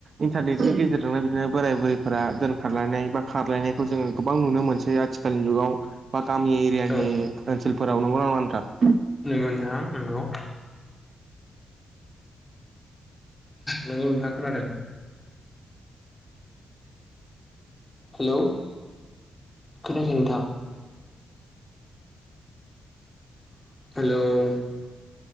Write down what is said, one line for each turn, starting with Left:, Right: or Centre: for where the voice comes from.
Right: इन्टारनेटनि गेजेरजोंनो बिदिनो बोराय बुरैफोरा दोनखारलायनाय बा खारलायनायखौ जोङो गोबां नुनो। मोनसै आथिखालनि जुगाव बा गामि एरियानि
Left: औ
Right: ओनसोलफोराव नंगौ ना नङा नोंथां?
Left: नंगौ नोंथां नंगौ। नोंगौ नोंथां खोनादों? हेलौ खोनादों नोंथां। हेल'।